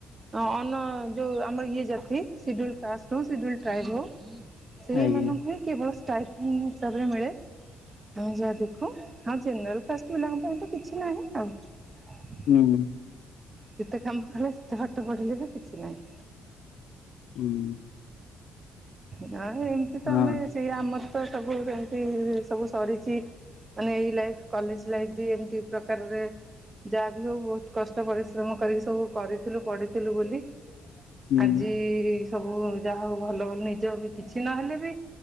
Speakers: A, on the right; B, on the left.
A: ଅନଁ ଯୋଉ ଆମର ଇଏ ଜାତି। ସିଡ଼ୁଲ୍ କାଷ୍ଟର ସିଡ଼ୁଲ୍ ଟ୍ରାଇଭ ସେଇ
B: ଆଜ୍ଞା
A: ମମଙ୍କୁ ହିଁ କି ଭସ୍ ଷ୍ଟାଇଲ୍। <unintelligible> ନ୍ ହିସାବରେ ମିଳେ ଆମେ ଯାହା ଦେଖୁ। ଆଉ ଜେନେରାଲ କାଷ୍ଟ ପିଲାଙ୍କ ପାଇଁ ତ କିଛି ନାହିଁ ଆଉ।
B: ହୁଁ।
A: ଯେତେ କାମ କଲେ ଯେତେ ପାଠପଢିଲେ ବି କିଛି ନାହିଁ।
B: ହୁଁ।
A: ନହେଲେ ଏମିତି ତ
B: ହଁ।
A: ଆମେ ସିଏ ଆମର ତ ସବୁ ସେମିତି ସବୁ ସରିଛି। ମାନେ ଏଇ ଲାଇଫ୍ କଲେଜ୍‌ ଲାଇଫ୍ ବି ଏମିତି ପ୍ରକାରରେ ଯାହା ବିି ହୋଉ ବହୁତ କଷ୍ଟ ପରିଶ୍ରମ କରିକି ସବୁ କରିଥିଲୁ ପଢି ଥିଲୁ ବୋଲି
B: ହୁଁ
A: ଆଜି ସବୁ ଯାହା ହୋଉ ଭଲ ଭଲ ନିଜ ବି କିଛି ନହେଲେ ବି